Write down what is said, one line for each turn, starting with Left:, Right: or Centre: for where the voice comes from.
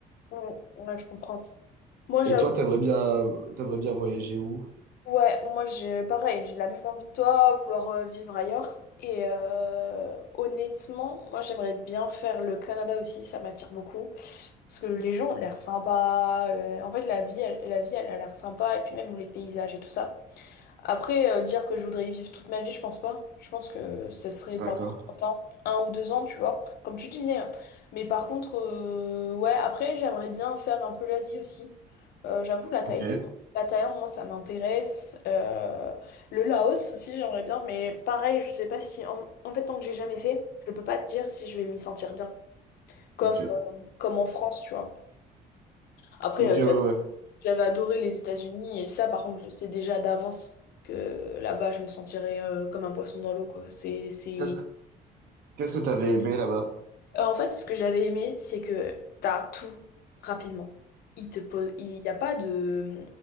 Left: Mm, Ouais, je comprends. Moi,
Right: Et
Left: j'avoue.
Right: toi, t'aimerais bien, t'aimerais bien voyager où?
Left: Ouais, moi, j'ai pareil, j'ai la même envie que toi, vouloir euh, vivre ailleurs. Et euh, honnêtement, moi, j'aimerais bien faire le Canada aussi, ça m'attire beaucoup. Parce que les gens ont l'air sympas. euh, en fait, la vie, elle- la vie, elle a l'air sympa. Et puis même les paysages et tout ça. Après, euh, dire que je voudrais y vivre toute ma vie, je pense pas. Je pense que ça serait
Right: D'accord.
Left: pendant un temps, un ou deux ans, tu vois, comme tu disais. hein. Mais par contre, euh, ouais, après, j'aimerais bien faire un peu l'Asie aussi. Euh, j'avoue, la Thaïlande,
Right: Ok.
Left: la Thaïlande, moi, ça m'intéresse. Euh, le Laos aussi, j'aimerais bien. Mais pareil, je sais pas si... En, en fait, tant que j'ai jamais fait, je peux pas te dire si je vais m'y sentir bien. Comme,
Right: Ok.
Left: comme en France, tu vois. Après,
Right: Ok,
Left: euh,
Right: ouais, ouais.
Left: j'avais adoré les États-Unis et ça, par contre, je sais déjà d'avance que là-bas, je me sentirais euh, comme un poisson dans l'eau, quoi. C'est, c'est...
Right: Qu'est-ce que qu'est-ce que t'avais aimé là-bas?
Left: Euh, en fait, ce que j'avais aimé, c'est que t'as tout rapidement. Il te pose... Il n'y a pas de...